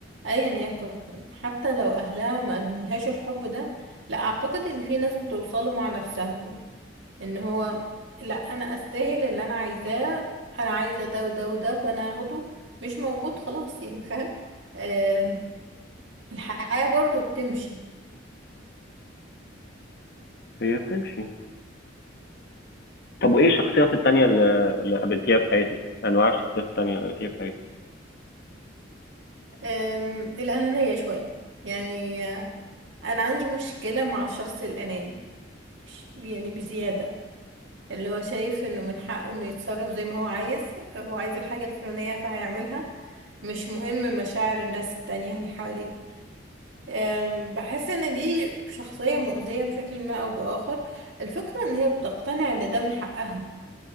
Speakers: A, on the right; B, on the left.
A: ايا يكن حتى لو اهلها ما قدمولهاش الحب ده لا اعتقد ان في ناس بتوصله مع نفسها برضه ان هو لا انا استاهل اللي انا عايزاه انا عايزه ده وده وده فانا هاخده مش موجود خلاص يعني فاهم آم، الحياه برضه بتمشي
B: هي بتمشي طب وإيه الشخصيات التانية اللي اللي قابلتيها في حياتك؟ أنواع الشخصيات التانية اللي قابلتيها في حياتك؟
A: آم، الانانيه شويه يعني آه، انا عندي مشكله مع الشخص الاناني مش- يعني بزياده اللي هو شايف انه من حقه انه يتصرف زي ما هو عايز هو عايز الحاجة الفلانية فهيعملها مش مهم مشاعر الناس التانية اللي حواليه أم، بحس ان دي شخصية مؤذية بشكل ما او باخر الفكرة ان هي بتقتنع ان ده من حقها